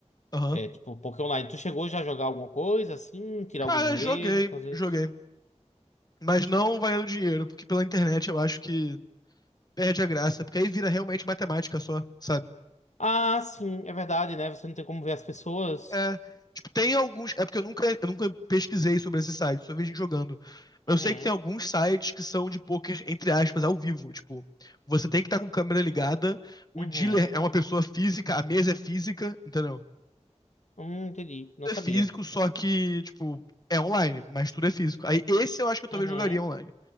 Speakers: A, on the left (about 35°); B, on the left (about 80°).
A: Aham.
B: É, tipo, poker online. Tu chegou já a jogar alguma coisa assim? Tirar
A: Cara,
B: algum dinheiro?
A: joguei,
B: Porque às vezes.
A: joguei. Mas não valendo dinheiro, porque pela internet eu acho que perde a graça. Porque aí vira realmente matemática só, sabe?
B: Ah, sim, é verdade, né? Você não tem como ver as pessoas.
A: É, tipo, tem alguns. É porque eu nunca, eu nunca pesquisei sobre esses sites só vi gente jogando. Eu
B: Uhum,
A: sei que tem alguns sites que são de poker, entre aspas, ao vivo. Tipo, você tem que estar com câmera ligada, o
B: uhum.
A: dealer é uma pessoa física, a mesa é física, entendeu?
B: Hum, entendi. Não
A: Tudo
B: sabia.
A: é físico, só que, tipo, é online, mas tudo é físico. Aí esse eu acho que eu talvez
B: Uhum,
A: jogaria online.